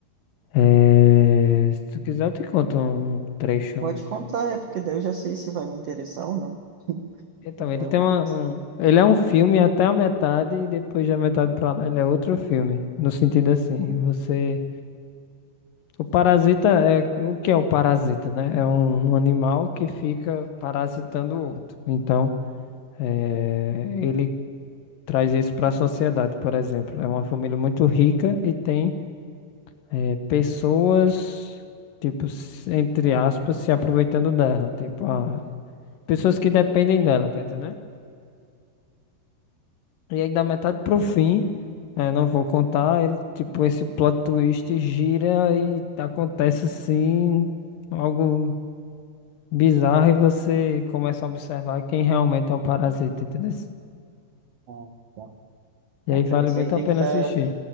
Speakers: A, on the left (about 70°); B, on the right (about 80°).
A: É, se tu quiser, eu te conto um trecho.
B: Pode contar, é porque daí eu já sei se vai me interessar ou não.
A: Então,
B: Vou
A: ele tem
B: amar.
A: uma, um, ele é um filme até a metade e depois da metade pra lá ele é outro filme. No sentido assim,
B: Uhum.
A: você, o parasita é o que é o parasita, né? É um, um animal que fica parasitando o outro. Então, é, ele traz isso para a sociedade, por exemplo. É uma família muito rica e tem é, pessoas, tipo, s- entre aspas, se aproveitando dela. Tipo, ah, pessoas que dependem dela, tá entendendo? E aí, da metade pro fim, é, não vou contar, ele, tipo, esse plot twist gira e acontece assim, algo bizarro e você começa a observar quem realmente é o parasita, entendeu?
B: Ah, tá.
A: E
B: Ah,
A: aí
B: Então
A: vale
B: esse
A: muito
B: aí tem
A: a
B: que
A: pena
B: estar
A: assistir.